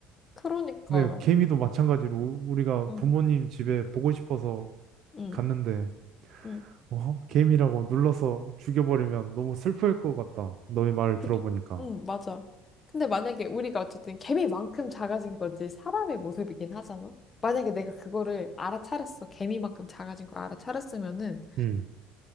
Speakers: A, on the left; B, on the right.
A: 그러니까.
B: 근데 개미도 마찬가지로 우- 우리가
A: 응,
B: 부모님 집에 보고 싶어서
A: 응,
B: 갔는데
A: 응.
B: 어? 개미라고 눌러서 죽여버리면 너무 슬플 것 같다. 너의 말을
A: 그,
B: 들어보니까.
A: 응, 맞아. 근데 만약에 우리가 어쨌든 개미만큼 작아진 거지 사람의 모습이긴 하잖아. 만약에 내가 그거를 알아차렸어. 개미만큼 작아진 걸 알아차렸으면은
B: 음.